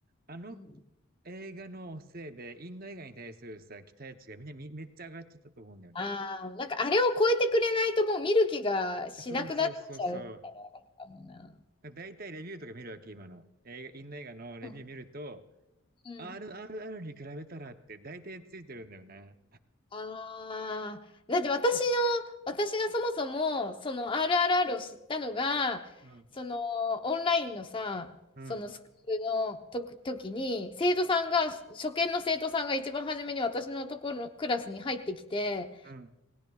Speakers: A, on the right; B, on the left.
A: あの
B: うん、
A: 映画のせいで、インド映画に対するさ、期待値がみんなみめっちゃ上がっちゃったと思うんだよね。
B: ああ、なんかあれを超えてくれないともう見る気がしなくなっちゃう
A: そうそうそうそう。
B: かもな。
A: だいたいレビューとか見るわけ、今の。映画、インド映画のレビュー見ると、
B: うんうん
A: RRR に比べたらって大体ついてるんだよね。
B: ああ、だって私の、私がそもそも、その RRR を知ったのが、
A: うん。
B: そのオンラインのさ、
A: うん。
B: そのスクールのとく時に、生徒さんが、初見の生徒さんが一番初めに私のところのクラスに入ってきて、
A: うん。